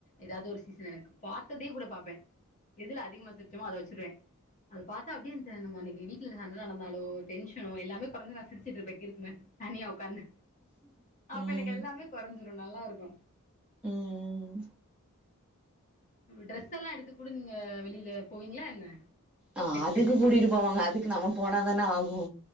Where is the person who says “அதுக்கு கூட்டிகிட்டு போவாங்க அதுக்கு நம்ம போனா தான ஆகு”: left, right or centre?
Centre